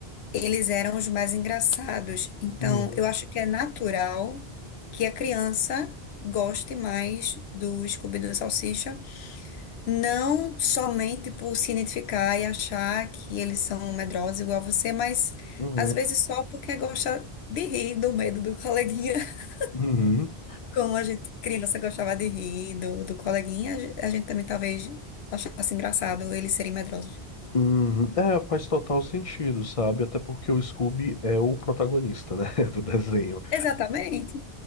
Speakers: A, on the left (about 75°); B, on the left (about 40°).
A: eles eram os mais engraçados. Então,
B: Uhum,
A: eu acho que é natural que a criança goste mais do Scooby-Doo e Salsicha, não somente por se identificar e achar que eles são medrosos igual a você, mas
B: uhum,
A: às vezes só porque gosta de rir do medo do coleguinha. <laughs>
B: uhum.
A: Como a gente, criança, gostava de rir do, do coleguinha, a gente também talvez achasse engraçado eles serem medrosos.
B: Uhum. É, faz total sentido, sabe? Até porque o Scooby é o protagonista, né, <laughs> do desenho.
A: Exatamente.